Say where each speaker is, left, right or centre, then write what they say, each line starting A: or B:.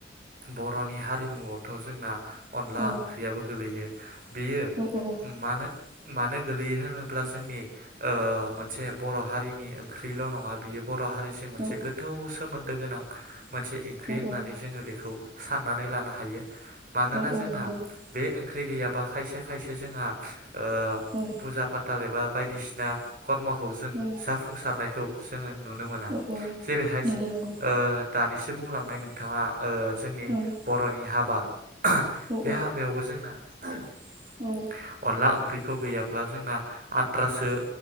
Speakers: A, on the right; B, on the right.
A: बरनि हारिमुआवथ जोंना अनला
B: औ
A: ओंख्रियाबो गोलैयो बेयो
B: औ औ
A: मानो मानो गोलैयो होनोब्ला जोंनि ओ मोनसे बर हारिनि ओंख्रिल नङा बियो बर हारि मोनसे
B: औ
A: गोथौ सोमोन दो गोनां मोनसे ओंख्रि
B: औ
A: होननानै
B: औ
A: जोङो बेखौ साननानै लानो हायो मानोना
B: औ
A: जोंना
B: औ नंगौ
A: बे ओंख्रि गैयाबा खायसे खायसे जोंहा ओ
B: औ
A: फुजा फा थाल एबा बायदिसिना खर्मखौ जों
B: औ
A: जाफुंसारनायखौ जोङो नुनो मोना
B: औ औ
A: जेरैहाय
B: नंगौ नंगौ
A: ओ दानिसो बुंलांनाय नोंथाङा ओ जोंनि
B: औ
A: बरनि हा बा
B: औ
A: बे हाबायावबो जोंना <inaudible>
B: औ
A: अनला ओंख्रि खौ गैयाब्ला जोंना आद्रासो